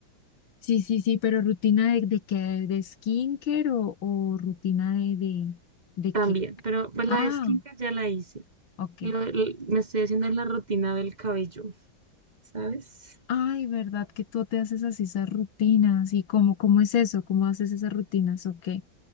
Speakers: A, on the left; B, on the right.
A: Sí, sí, sí, pero rutina de, de qué, de skincare o, o rutina de, de, de
B: También,
A: qué?
B: pero pues
A: Ah,
B: la de skincare ya la hice.
A: ok.
B: Lo- l- me estoy haciendo la rutina del cabello, ¿sabes?
A: Ay, ¿verdad que tú te haces así esas rutinas? ¿Y cómo, cómo es eso? ¿Cómo haces esas rutinas? Ok.